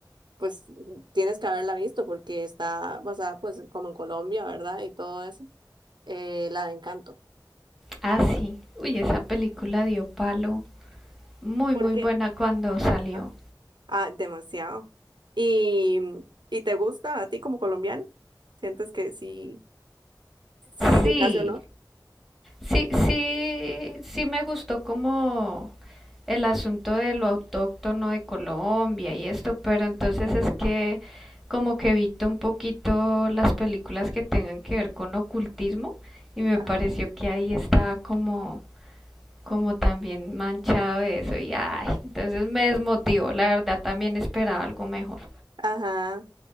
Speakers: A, on the right; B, in the centre.
A: pues tienes que haberla visto porque está basada pues como en Colombia, ¿verdad? Y todo eso. Eh, la de Encanto.
B: Ah, sí. Uy, esa película dio palo. Muy,
A: ¿Por
B: muy
A: qué?
B: buena cuando salió.
A: Ajá. Ah, demasiado. ¿Y, y te gusta a ti como colombiano ¿Sientes que sí, sí
B: Sí,
A: les hace honor?
B: Sí, sí, sí me gustó como el asunto de lo autóctono de Colombia y esto, pero entonces es que como que evito un poquito las películas que tengan que ver con ocultismo y me
A: Ajá.
B: pareció que ahí estaba como como también manchado de eso y ay, entonces me desmotivó, la verdad también esperaba algo mejor.
A: Ajá.